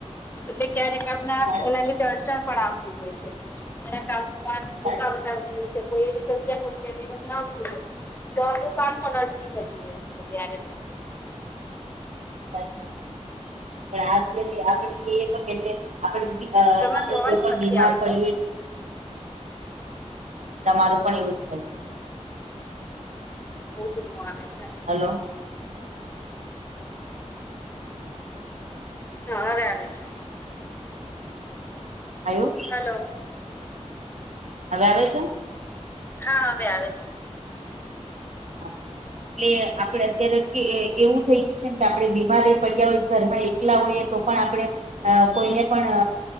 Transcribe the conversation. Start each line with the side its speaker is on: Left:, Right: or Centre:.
Left: એટલે ક્યારેક આપણા
Right: સાચું
Left: એના લીધે અડચણ પણ આવતી હોય છે એના કામમાં
Right: સાચું
Left: રુકાવટ
Right: છે
Left: આવતી હોય છે. કોઈ એવી જગ્યા હોઈ જ્યાં નેટવર્ક ના આવતું હોય તો આપણું કામ પણ અટકી જતું હોય છે ત્યારે.
Right: <unintelligible> <unintelligible> આપણે કહીએ તો પેલે આપણે
Left: તમારો
Right: કોઈ
Left: અવાજ
Right: પણ
Left: નથી
Right: બીમાર
Left: આવતો
Right: પડીએ તમારું પણ એવું જ થાય છે.
Left: બહુ ધીમો આવે છે.
Right: હલો.
Left: હા હવે આવે છે.
Right: આયો.
Left: હલો.
Right: હવે આવે છે.
Left: હા હવે આવે છે.
Right: હા. એટલે આપડે અત્યારે એવું થઈ ગયું છે ને કે આપડે બીમાર પડ્યા હોય ઘરમાં એકલા હોઈએ તો પણ આપણે અ કોઈને પણ